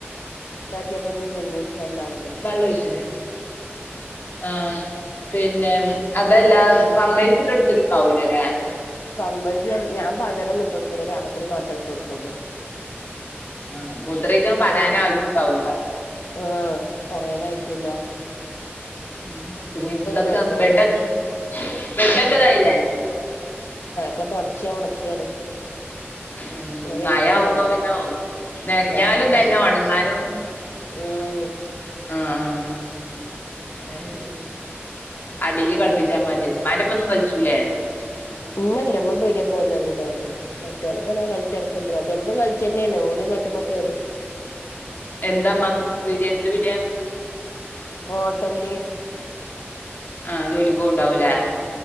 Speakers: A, on the left; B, on the left.
A: നോക്ക്യപ്പൊണ്ട് പിന്നിം രണ്ടാമതും
B: വള്ളൊയ്ച്ചണെയ് ആ പിന്നെ ഉം അതല്ലാ പമ്പേസ് ട്ടൊട്ക്കല് ണ്ടാവൂല ലേ
A: പമ്പേസ് യണ്ട് ഞാൻ പകലൊന്നു ട്ടൊട്കൂല രാത്രി മാത്രേ ട്ടൊട്ക്കൊള്ളു
B: ആ മൂത്രെയ്‌ക്കാൻ പറയാനായ്ട്ടൂണ്ടാവൂല
A: ആ പറയാനായ്റ്റൂല്ല
B: ഉം പിന്നെ ഇവടെ
A: രസാ
B: കമ്പ്ലെയ്റ്റാക്കി ബെഡൊക്ക തായിലെ
A: ക്കൊ തൊടച്ച് ഒണക്കാണ്
B: ഉം ഇ
A: വെയില്ണ്ടല്ലോ
B: മയാവ്മ്പൊ പിന്നെ അവും നെൻഞ്ഞാലും
A: നാറെള്ളും
B: തന്നെ ഒണങ്ങാനും
A: ഉം
B: ആ ആ ഏ
A: ഉം
B: അടീല് കൾപ്പിച്ചാ മതി മ്മാൻ്റപ്പൊന്നും കൾച്ചൂലെ
A: ഇല്ല ല്ല മ്മ പീടിയെ പോണന്നർണ് ണ്ടെയ്നി മറ്റോലപ്പം ങ്ങനെ കൾച്ചടക്ക്ണ്ട് മറ്റോലപ്പം കൾച്ചന്നെയ്ന് ഓല് കട്ടുമ്മെ കേറു
B: എന്താമ്മാക്ക് പീടിയ എന്ത് പീടിയ
A: ഹോട്ടല്ല്
B: ആ ജോലിക്കോണ്ടാവുല്ലേ